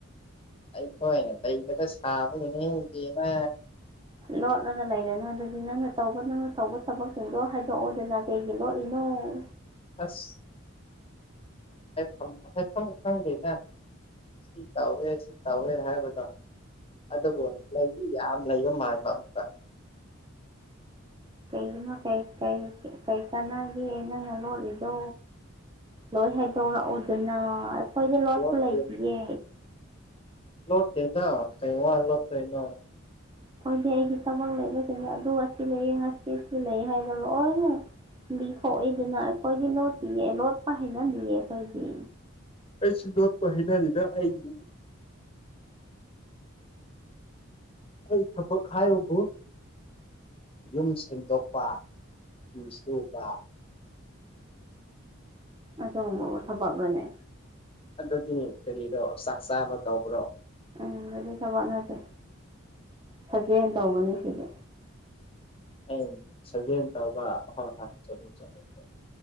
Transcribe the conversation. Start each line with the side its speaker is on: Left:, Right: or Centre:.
Left: ꯑꯩꯈꯣꯏꯅ ꯂꯩꯇꯕ ꯁꯥꯕꯗꯨꯗ ꯅꯤꯡꯗꯦꯕ
Right: ꯂꯣꯠꯂꯒ ꯂꯩꯔꯅꯨ ꯑꯗꯨꯗꯤ ꯅꯪꯅ ꯇꯧꯕ ꯅꯪꯅ ꯇꯧꯕ ꯊꯕꯛꯁꯤꯡꯗꯣ ꯍꯥꯏꯗꯣꯛꯑꯣꯗꯅ ꯀꯩꯒꯤ ꯂꯣꯠꯂꯤꯅꯣ ꯎꯝ
Left: ꯑꯁ <unintelligible> ꯈꯪꯗꯦꯗ ꯁꯤ ꯇꯧꯋꯦ ꯁꯤ ꯇꯧꯋꯦ ꯍꯥꯏꯕꯗꯣ ꯑꯗꯨꯕꯨ ꯂꯩꯗꯤ ꯌꯥꯝ ꯂꯩꯕ ꯃꯥꯟꯕ ꯑꯝꯇ
Right: ꯗꯨꯅ ꯀꯩ ꯀꯩ ꯀꯩ ꯀꯥꯟꯅꯒꯦ ꯅꯪꯅ ꯂꯣꯠꯂꯤꯗꯣ ꯂꯣꯏ ꯍꯥꯏꯩꯗꯣꯔꯛꯑꯣꯗꯅ ꯑꯩꯈꯣꯏꯗ ꯂꯣꯠꯄ
Left: ꯂꯣꯠꯇꯦ
Right: ꯂꯩꯇꯤꯌꯦ
Left: ꯂꯣꯠꯇꯦꯗ ꯀꯩ ꯋꯥ ꯂꯣꯠꯇꯣꯏꯅꯣ
Right: ꯑꯣꯈꯣꯏꯗꯤ ꯑꯩꯒꯤ ꯊꯕꯛ ꯂꯩꯕꯁꯤꯡꯁꯦ ꯑꯗꯨ ꯑꯁꯤ ꯂꯩꯌꯦ ꯉꯁꯤ ꯑꯁꯤ ꯂꯩ ꯍꯥꯏꯗꯅ ꯂꯣꯏꯅ ꯂꯤꯊꯣꯛꯏꯗꯅ ꯑꯩꯈꯣꯏꯗꯤ ꯂꯣꯠꯇꯤꯌꯦ ꯂꯣꯠꯄ ꯍꯩꯅꯗꯤꯌꯦ ꯑꯩꯈꯣꯏꯗꯤ
Left: ꯑꯩꯁꯨ ꯂꯣꯠꯄ ꯍꯩꯅꯗꯦꯗ ꯑꯩꯒꯤ ꯑꯩ ꯊꯕꯛ ꯍꯥꯏꯌꯨꯕꯨ ꯌꯨꯝ ꯁꯦꯡꯗꯣꯛꯄ ꯐꯤ ꯁꯨꯕ
Right: ꯑꯗꯨꯒꯨꯝꯕꯕꯨ ꯊꯕꯛꯂꯅꯦ
Left: ꯑꯗꯨꯗꯤ ꯀꯔꯤꯔꯣ ꯆꯥꯛ ꯆꯥꯕ ꯇꯧꯕ꯭ꯔꯣ
Right: ꯎꯝ ꯑꯗꯨꯗꯤ ꯊꯕꯛ ꯅꯠꯇꯦ ꯁꯖꯦꯟ ꯇꯧꯕꯅꯦ ꯁꯤꯗꯤ
Left: ꯑꯩ ꯁꯖꯦꯜ ꯇꯧꯕ ꯍꯣꯏ ꯍꯣꯏ <unintelligible>